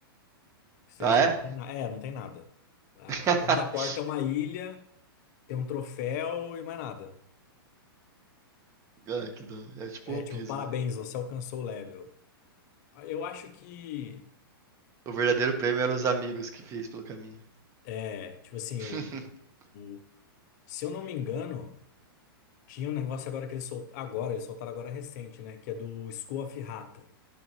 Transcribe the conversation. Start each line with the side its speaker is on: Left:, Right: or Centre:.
Left: Isso
Right: Ah,
Left: aí já
Right: é?
Left: não tem nada. É, não tem nada. A-
Right: <laughs>
Left: Atrás da porta é uma ilha, tem um troféu e mais nada.
Right: Ah, que da hora. É tipo
Left: É,
Right: One
Left: tipo,
Right: Piece,
Left: parabéns,
Right: né?
Left: você alcançou o level. Eu acho que.
Right: O verdadeiro prêmio eram os amigos que fez pelo caminho.
Left: É, tipo assim,
Right: <laughs>
Left: o, o- se eu não me engano, tinha um negócio agora que eles soltaram. Agora, eles soltaram agora recente, né? Que é do School of Rata.